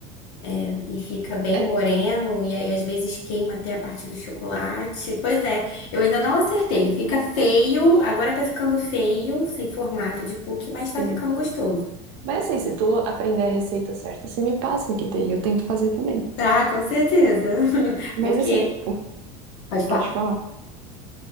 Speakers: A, on the left; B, on the right.
A: é, e fica bem
B: é,
A: moreno, e aí às vezes queima até a parte do chocolate. Pois é, eu ainda não acertei. Fica feio, agora tá ficando feio, sem formato de cookie,
B: sim.
A: mas tá ficando gostoso.
B: Mas assim, se tu aprender a receita certa, você me passa que daí eu tento fazer também.
A: Tá, com certeza. <laughs>
B: mas
A: Porque,
B: assim, o-
A: pode falar,
B: pode falar.